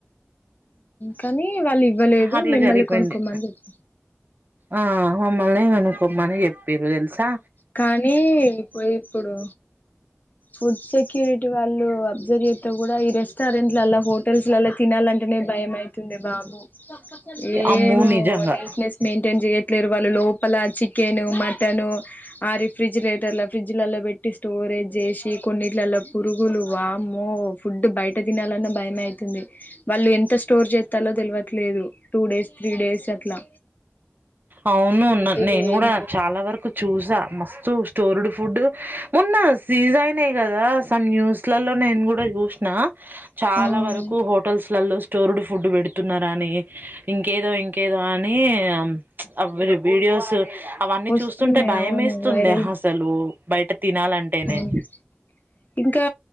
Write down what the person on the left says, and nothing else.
కానీ వాళ్ళు ఇవ్వలేదు
మిమ్మల్ని
కొనుక్కోమ్మ అని చెప్ప
కానీ పోయి ఇప్పుడు ఫుడ్ సెక్యూరిటీ వాళ్ళు అబ్జర్వ్ త్తే కూడా ఈ రెస్టారెంట్లలల్ల హోటల్స్ అలా తినాలంటేనే భయం అయితుంది బాబు ఏం
నీట్నెస్ మెయింటైన్ చేయట్లేరు వాళ్ళు లోప ప్పలా చికెన్ మట్ టను ఆ రిఫ్రిజిరేటర్ల ఫ్రిడ్జ్ లల్ల పెట్టి స్టోరేజ్ చేస్ కొన్నిట్లలో పురుగులు వామ్మో ఫుడ్ బయట తినాలన్న బయం అవుతుంది వాళ్ళు ఎంత స్టోర్ చెత్తల్లో తెలవట్లేదు టూ డేస్ త్రీ డేస్ అట్లా
హెల్తీగా
ఏం
లేదు
వస్తున్నాయి
అవును
వైరల్
అవును ఇంకా